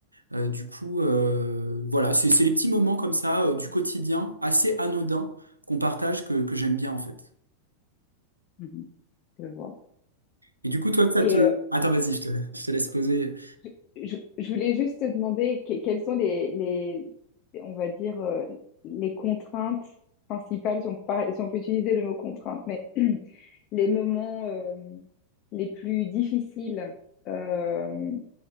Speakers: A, on the right (about 85°); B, on the left (about 40°).
A: euh, du coup, euh, voilà, c'est, c'est les petits moments comme ça, euh, du quotidien, assez anodins, qu'on partage, que, que j'aime bien, en fait.
B: Mhm, je vois.
A: Et du coup, toi, ça
B: Et
A: te...
B: euh,
A: Attends, vas-y, je te, je te laisse poser.
B: je, je- je voulais juste te demander que- quelles sont les, les, on va dire, euh, les contraintes principales, si on peut, par- si on peut utiliser le mot contrainte, mais <clears throat> les moments euh, les plus difficiles euh,